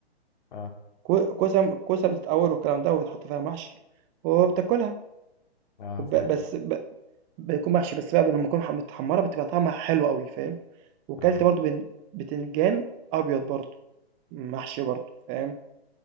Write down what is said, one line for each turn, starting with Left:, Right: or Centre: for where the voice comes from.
Left: أه
Right: كو- كوسه كوسه بتتقور والكلام ده وبتحط فيها محشي وبتاكلها
Left: أه
Right: وب
Left: فاهم
Right: بس ب بيكون محشي بس بقى ب لمّا تكون ح متحمّرة بتبقى طعمها حلو أوي فاهم، وكلت
Left: أه آه.
Right: برضه بن بتنجان أبيض برضه، محشي برضه فاهم،